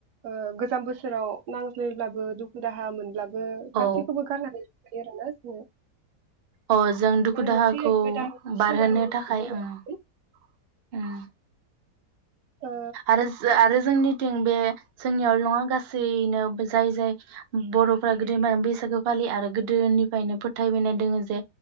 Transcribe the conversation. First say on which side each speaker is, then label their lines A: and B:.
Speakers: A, on the right; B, on the right.
A: ओ गोजाम बोसोराव नांज्लायब्लाबो दुखु दाहा मोन ब्लाबो गासैखौबो
B: औ
A: गारनानै रंजायो आरो ना जोङो।
B: अ जों दुखु
A: बे
B: दाहाखौ
A: मोनसे गोदान
B: बारहोनो
A: सिमां
B: थाखाय
A: जे
B: खाय
A: लानानै
B: ओं। ओ
A: ओ
B: आरो जोंनिथिं बे जोंनियावल नङा गासैनो बो जाय जाय बरफ्रा गोदोनिफ्राय बैसागो फालियो आरो गोदोनिफ्रायनो फोथायबोनाय दङो जे